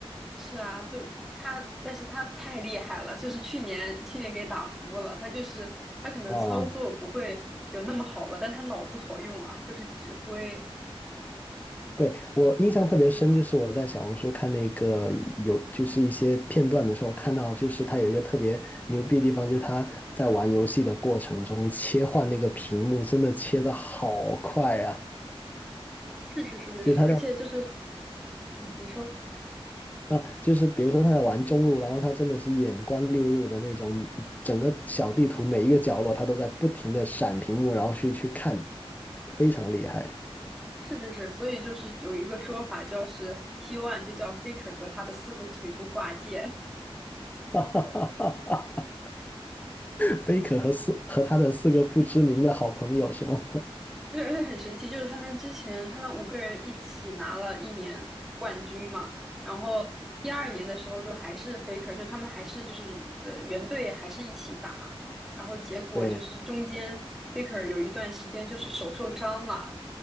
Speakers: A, in the centre; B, on the left.
A: 是啊，就他，但是他太厉害了，就是去年去年给打服了。他就是他可能操作不会有那么好了，
B: 哇，
A: 但他脑子好用啊，就是指挥。
B: 对，我印象特别深，就是我在小红书看那个有，就是一些片段的时候，看到就是他有一个特别牛逼的地方，就是他在玩游戏的过程中切换那个屏幕，真的切的好快啊！
A: 是是是是是，
B: 就他在
A: 而且就是，嗯，你说
B: 啊，就是比如说他在玩中路，然后他真的是眼观六路的那种，整个小地图每一个角落他都在不停的闪屏幕，然后去去看，非常厉害。
A: 是是是，所以就是有一个说法，就是 T one 就叫 Faker 和他的四个腿部挂件。
B: <laughs> 哈哈哈哈哈！菲可和四和他的四个不知名的好朋友是吗？
A: 对，而且很神奇，就是他们之前他们五个人一起拿了一年冠军嘛，然后第二年的时候就还是 Faker，就他们还是就是呃原队还是一起打，然后结果就是中间
B: <laughs> 对，
A: Faker 有一段时间就是手受伤了，